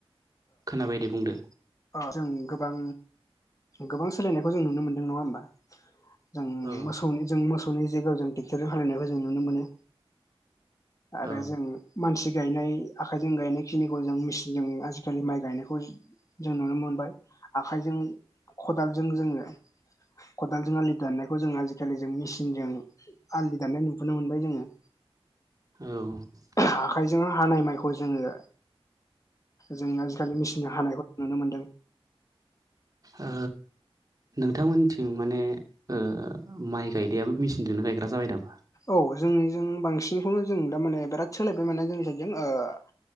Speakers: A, on the right; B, on the left.
A: जाबाय दे बुंदो।
B: जों गोबां गोबां सोलायनायखौ जों नुनो मोनदों नङा होनबा? जों
A: औ
B: मोसौनि जों मोसौनि जायगायाव जों ट्रेक्ट'र हालेवनायखौ जों नुनो मोनो। आरो
A: औ
B: जों मानसि गायनाय आखाइजों गायनाय खिनिखौ जों मेचिनजों आजिखालि माइ गायनायखौ जों नुनो मोनबाय आखायजों खदालजों जोङो खदालजों आलि दाननायखौ जों आजिखालि जों मेसिनजों आलि दाननाय नुबोनो मोनबाय जोङो
A: औ
B: आखायजों हानाय माइखौ जोङो जों आजिखालि मेचिन हानायखौ नुनो मोनदों।
A: ओ नोंथांमोनथिं माने ओ माइ गायनायाबो मेसिनजोंनो गायग्रा जाबाय नामा?
B: औ जोंनिजों बांसिनखौनो जों दामाने बिराद सोलायबाय माने जोंनि साइड जों ओ